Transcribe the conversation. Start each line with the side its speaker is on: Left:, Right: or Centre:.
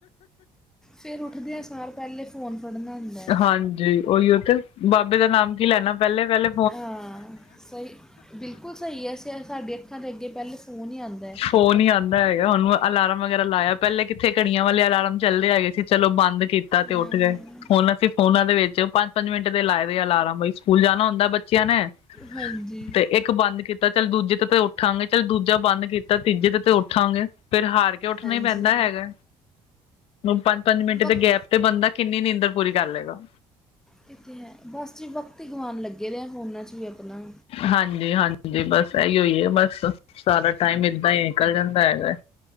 Centre: ਫਿਰ ਉੱਠਦੇ ਆ ਸਾਰ ਪੈਲੇ ਫੋਨ ਫੜਨਾ। ਹੁੰਦਾ ਹੈ
Left: ਹਾਂਜੀ ਉਹੀ ਤੇ ਬਾਬੇ ਦਾ ਨਾਮ ਕੀ ਲੈਣਾ ਪੈਲੇ-ਪੈਲੇ
Centre: ਹਾਂ ਸਈ ਬਿਲਕੁਲ ਸਈ ਏ ਅਸੀਂ ਸਾਡੀ ਅੱਖਾਂ ਦੇ ਅੱਗੇ ਪੈਲੇ ਫੋਨ ਹੀ ਆਂਦਾ।
Left: ਫੋਨ ਹੀ ਆਂਦਾ ਹੈਗਾ ਹੁਣ ਅਲਾਰਮ ਵਗੈਰਾ ਲਾਇਆ ਪੈਲੇ ਕਿੱਥੇ ਘੜੀਆਂ ਵਾਲੇ ਅਲਾਰਮ ਚੱਲਦੇ ਹੈਗੇ ਸੀ ਚਲੋ ਬੰਦ ਕੀਤ ਤੇ
Centre: ਹਾਂ,
Left: ਉੱਠ ਗਏ। ਹੁਣ ਅਸੀਂ ਫੋਨਾਂ ਦੇ ਵਿੱਚ ਪੰਜ-ਪੰਜ ਮਿੰਟ ਦੇ ਲਾਏ ਦੇ ਆ ਅਲਾਰਮ ਬਈ ਸਕੂਲ ਜਾਣਾ ਹੁੰਦਾ ਬੱਚਿਆਂ ਨੇ
Centre: ਹਾਂਜੀ
Left: ਤੇ ਇੱਕ ਬੰਦ ਕੀਤਾ ਚੱਲ ਦੂਜੇ ਤੇ ਤੇ ਉੱਠਾਂਗੇ ਚੱਲ ਦੂਜਾ ਬੰਦ ਕੀਤ ਤਾਂ ਤੀਜੇ ਤੇ ਤੇ ਉੱਠਾਂਗੇ ਫਿਰ ਹਾਰ ਕੇ ਉੱਠਣਾ
Centre: ਹਾਂਜੀ
Left: ਹੀ ਪੈਂਦਾ ਹੈਗਾ। ਪੰਜ-ਪੰਜ ਮਿੰਟ
Centre: ਵਕਤ
Left: ਦੇ ਗੈਪ ਤੇ ਬੰਦਾ ਕਿੰਨੀ ਨੀਂਦਰ ਪੂਰੀ ਕਰ ਲਏਗਾ।
Centre: ਕਿਥੇ ਹੈ ਬਸ ਜੀ ਵਕਤ ਹੀ ਗਵਾਣ ਲੱਗੇ ਰ ਆ ਫੋਨਾ 'ਚ ਵੀ ਆਪਣਾ
Left: ਹਾਂਜੀ-ਹਾਂਜੀ ਬਸ ਇਹੀਓ ਏ ਬਸ ਸਾਰਾ ਟਾਈਮ ਏਦਾਂ ਹੀ ਨਿਕਲ ਜਾਂਦਾ ਹੈਗਾ